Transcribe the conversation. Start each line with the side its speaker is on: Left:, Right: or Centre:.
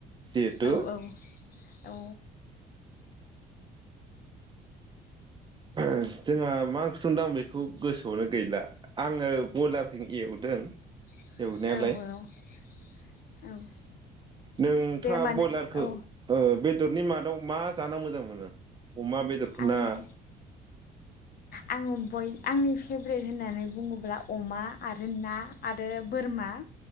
Right: जिहेथु
Left: औ औ औ।
Right: जोंहा मा ओंख्रि सोंदों आं बेखौ गोसोआवनो गैला आङो बयलारजों एवदों।
Left: औ
Right: एवनायालाय
Left: औ औ।
Right: नोंथाङा
Left: दे होमबा नों
Right: बयलारखौ
Left: औ
Right: ओ- बेद बेदरनि मादाव मा जाना मोजां मोनो? अमा बेदरखना?
Left: आं आङो बय आंनि फेभरेट होननानै बुङोब्ला अमा आरो ना आरो बोरमा।